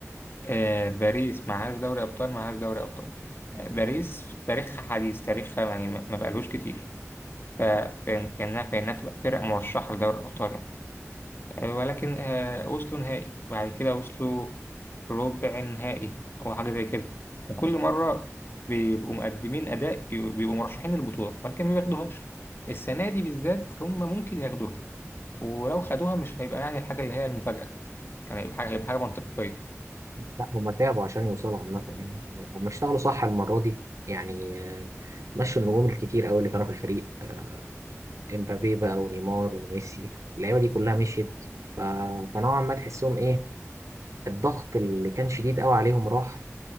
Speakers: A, on the left; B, on the right.
A: آه باريس معهاش دوري أبطال معهاش دوري أبطال آه باريس في تاريخها حديث تاريخها يعني ما يعني ما بقالوش كتير فكان كأنها في إنها تبقى فرقة مرشحة لدوري الأبطال يعني آه ولكن آه وصلوا نهائي بعد كده وصلوا ربع نهائي أو حاجة زي كده وكل مرة بيبقوا مقدمين أداء بيبقوا مرشحين للبطولة ولكن ما بياخدوهاش السنة دي بالذات هم ممكن ياخدوها ولو خدوها مش هيبقى يعني الحاجة اللي هي المفاجأة كان هيبقى حاجة هيبقى حاجة منطقية
B: لا هم تعبوا عشان يوصلوا عامة يعني هم اشتغلوا صح المرة دي يعني آه، مشوا النجوم الكتير قوي اللي كانوا في الفريق آه، امبابي بقى ونيمار وميسي اللعيبه دي كلها مشيت ف... فنوعا ما تحسهم ايه الضغط اللي كان شديد قوي عليهم راح